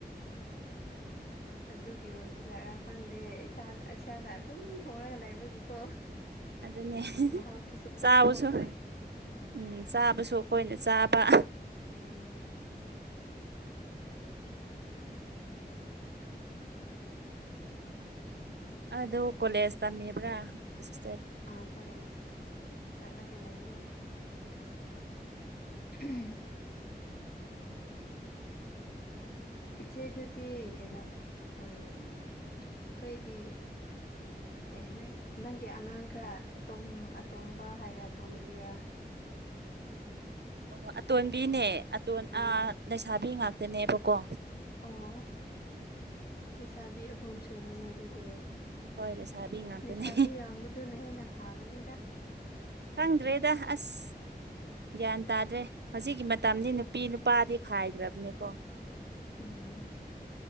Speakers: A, on the left (about 65°); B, on the right (about 80°).
A: ꯑꯗꯨꯒꯤ ꯑꯣꯏꯕ ꯖꯥꯔꯥ ꯈꯪꯗꯦ ꯏꯁꯥ ꯏꯁꯥꯗ ꯑꯗꯨꯝ ꯊꯣꯡꯉꯒ ꯂꯩꯕꯒꯤꯀꯣ
B: ꯑꯗꯨꯅꯦ
A: ꯃꯍꯥꯎꯁꯨ ꯁꯨꯞꯊꯣꯛ
B: ꯆꯥꯕꯁꯨ
A: ꯊꯣꯛꯇ꯭ꯔꯦ
B: ꯎꯝ ꯆꯥꯕꯁꯨ ꯑꯩꯈꯣꯏꯅ ꯆꯥꯕ
A: ꯎꯝ
B: ꯑꯗꯨ ꯀꯣꯂꯦꯖ ꯇꯝꯃꯤꯕ꯭ꯔꯥ ꯁꯤꯁꯇꯔ
A: ꯑ ꯀꯣꯂꯦꯖ ꯆꯠꯂꯒ ꯂꯩꯌꯦ <unintelligible> ꯏꯆꯦꯗꯨꯗꯤ ꯀꯩꯅꯣ ꯑꯝ ꯑꯩꯈꯣꯏꯒꯤ ꯑꯦ ꯅꯪ ꯅꯪꯒꯤ ꯑꯉꯥꯡ ꯈꯔ ꯑꯇꯣꯝ ꯑꯇꯣꯝꯕ ꯍꯥꯏꯒ ꯑꯇꯣꯝꯕꯤꯔꯥ
B: ꯑꯣ ꯑꯇꯣꯟꯕꯤꯅꯦ ꯑꯇꯣꯟ
A: ꯑꯥ
B: ꯑ ꯂꯩꯁꯥꯕꯤ ꯉꯥꯛꯇꯅꯦꯕꯀꯣ
A: ꯑꯣ ꯂꯩꯁꯥꯕꯤ ꯑꯍꯨꯝ ꯁꯨꯔꯦꯅꯦ ꯑꯗꯨꯗꯤ
B: ꯍꯣꯏ ꯂꯩꯁꯥꯕꯤ ꯉꯥꯛꯇꯅꯦ
A: ꯂꯩꯁꯥꯕꯤ ꯌꯥꯝꯕꯗꯨꯅ ꯍꯦꯟꯅ ꯐꯥꯕꯅꯤꯗ
B: ꯈꯪꯗ꯭ꯔꯦꯗ ꯑꯁ ꯒ꯭ꯌꯥꯟ ꯇꯥꯗ꯭ꯔꯦ ꯍꯧꯖꯤꯛꯀꯤ ꯃꯇꯝꯗꯤ ꯅꯨꯄꯤ ꯅꯨꯄꯥꯗꯤ ꯈꯥꯏꯗ꯭ꯔꯕꯅꯤꯀꯣ
A: ꯎꯝ